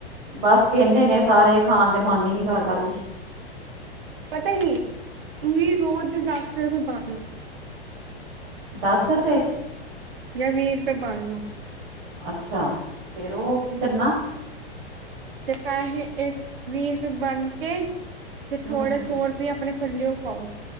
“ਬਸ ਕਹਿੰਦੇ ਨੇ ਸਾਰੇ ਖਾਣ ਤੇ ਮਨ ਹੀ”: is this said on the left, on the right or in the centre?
Right